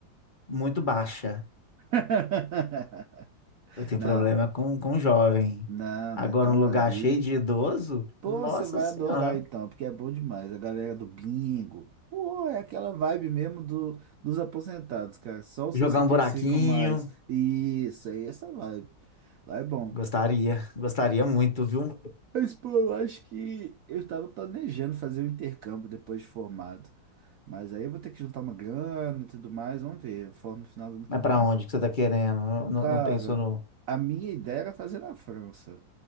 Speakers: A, on the left (about 30°); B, on the right (about 85°).
A: muito baixa.
B: <laughs>
A: Eu tenho
B: Não,
A: problema com, com jovem.
B: não,
A: Agora,
B: não, então
A: um lugar
B: ali.
A: cheio de idoso?
B: Pô,
A: Nossa
B: você vai
A: Senhora.
B: adorar então, porque é bom demais. A galera do bingo. Pô, é aquela vibe mesmo do, dos aposentados, cara. Só os
A: Jogar
B: 65
A: um buraquinho?
B: a mais. Isso, aí essa vibe. Lá é bom.
A: Gostaria. Gostaria muito, viu?
B: Mas, pô, eu acho que eu tava planejando fazer um intercâmbio depois de formado. Mas aí eu vou ter que juntar uma grana e tudo mais. Vamos ver. Eu formo no final do ano
A: Mas
B: que vem.
A: pra onde que você tá querendo? Não, não,
B: Cara,
A: não pensou no.
B: a minha ideia era fazer na França.